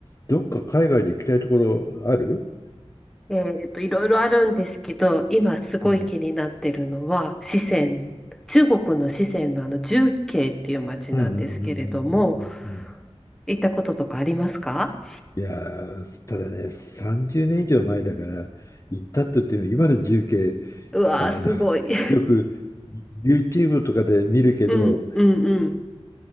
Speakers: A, on the left; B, in the centre.
A: どっか海外で行きたいところある
B: えっと、いろいろあるんですけど、今すごい気になってるのは、
A: うん
B: 四川、中国の四川のあの重慶っていう町なんですけれども、
A: うんうんうんうんうんうんうん
B: 行ったこととかありますか
A: いやー、ただね、30年以上前だから、行ったとっていうの今の重慶、
B: うわー、
A: あの、
B: すごい。
A: <laughs>
B: <laughs>
A: よく YouTube とかで見るけど、
B: うん、うん、うん。